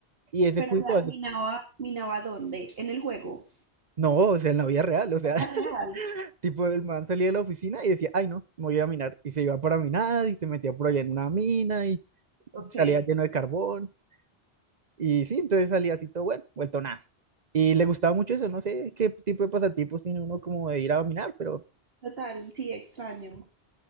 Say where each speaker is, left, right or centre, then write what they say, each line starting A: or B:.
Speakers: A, on the right; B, on the right.
A: Y ese
B: Pero,
A: cubito,
B: o sea,
A: así,
B: ¿minaba, minaba dónde? ¿En el juego?
A: no, o sea, en la vida real, o sea,
B: ¿En
A: <laughs>
B: la real?
A: tipo, el man salía de la oficina y decía, ay, no, me voy a minar. Y se iba para minar y se metía por allá en una mina y
B: Ok.
A: salía lleno de carbón. Y sí, entonces salía así todo bueno, vuelto nada. Y le gustaba mucho eso, no sé qué tipo de pasatipos tiene uno como de ir a minar, pero
B: Total, sí, extraño.